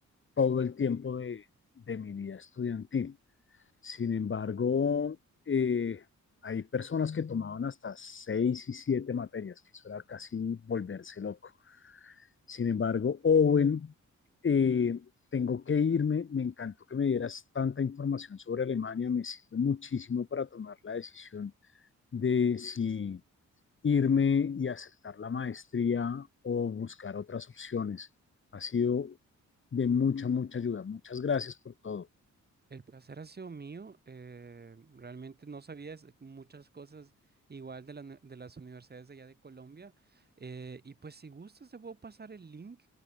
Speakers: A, on the left; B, on the right.
A: todo el tiempo de, de mi vida estudiantil. Sin embargo, eh, hay personas que tomaban hasta seis y siete materias, que eso era casi volverse loco. Sin embargo, Owen, eh, tengo que irme, me encantó que me dieras tanta información sobre Alemania, me sirve muchísimo para tomar la decisión de si irme y aceptar la maestría o buscar otras opciones. Ha sido de mucha, mucha ayuda. Muchas gracias por todo.
B: El placer ha sido mío. eh, realmente no sabía es- muchas cosas igual de, la nu- de las universidades de allá de Colombia. eh, y pues si gustas, te puedo pasar el link